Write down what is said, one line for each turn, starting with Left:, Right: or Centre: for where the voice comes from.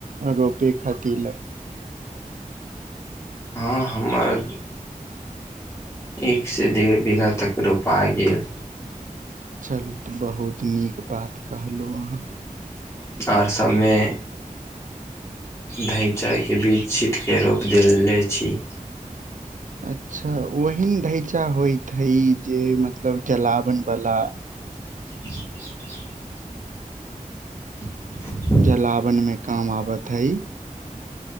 Right: रोपे खातिर ल?
Left: हँ हमर एक से डेढ़ बीघा तक रोपा गेल।
Right: चलू तऽ बहुत नीक बात कहलहुँ अहाँ।
Left: आर सभमे धैँचाके बीज छीटके रोप देले छी।
Right: अच्छा ओहिन ढैंचा होइत हइ जे मतलब जलावन बला
Left: <unintelligible> <inaudible>
Right: जलावन मे काम आबत हइ।